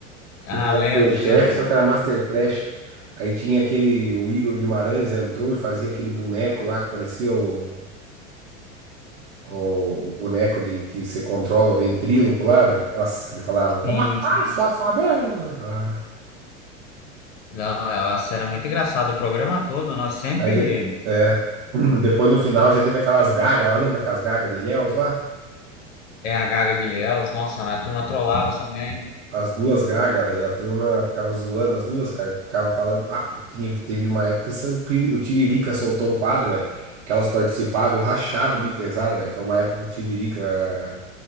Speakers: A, on the left; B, on the right.
A: Ah,
B: Tipo Masterchef,
A: lembro, lembro.
B: só que era Master Trash. Aí tinha aquele, o Igor Guimarães entrou e fazia aquele boneco lá que parecia o, o boneco de que você controla o ventríloco lá, velho. Nossa, que ele falava, vou
A: Sim,
B: matar
A: sim.
B: a sua favela. Ah,
A: Não, é, nossa, era muito engraçado o programa todo. Nós sempre
B: Aí, de- é, <clears throat> depois no final já teve aquelas gagas lá, lembra aquelas gagas de Ilhéus lá?
A: é a Gaga de Léus. Nossa, mas a turma trollava também.
B: As duas Gaga, velho, a turma ficava zoando as duas, cara, ficavam falando, ah, tinha- teve uma época que Sam Piri- o Tiririca soltou um quadro, velho, que elas participavam, eu rachava o bico da risada, velho, foi uma época que o Tiririca